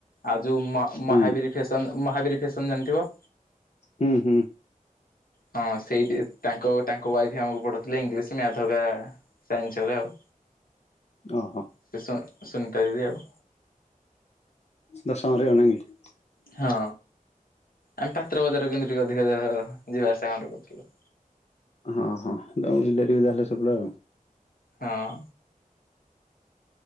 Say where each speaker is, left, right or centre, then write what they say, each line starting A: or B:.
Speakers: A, on the left (about 90°); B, on the left (about 50°).
A: ଆଉ ଯୋଉ ମ
B: ହୁଁ
A: ମହାବୀରୀ ଫେସନ୍ ମହାବୀରୀ ଫେସନ୍ ଜାଣିଥିବ?
B: ହୁଁ ହୁଁ।
A: ହଁ ସେଇଠି ତାଙ୍କ ତାଙ୍କ ୱାଇଫ ଆମକୁ ପଢଉଥିଲେ ଇଂଲିଶ ମ୍ୟାଥ୍ ହକା ସାଇନ୍ସ ହକା ଆଉ।
B: ଓହୋ
A: ସେ ସୁ ସୁନିତା ଦିଦି ଆଉ।
B: ଦଶମରେ ନାଇଁକି?
A: ହଁ ଆମେ ପାତ୍ର ବଜାରକୁ କିନ୍ତୁ ଟିକେ ଅଧିକା ଦେହ ଯିବା ଆସିବା ଆମର କରୁଥିଲୁ।
B: ହଁ ହଁ ତମ ରିଲେଟିଭ ଯାହେଲେ ସେପଟେ ଆଉ।
A: ହଁ।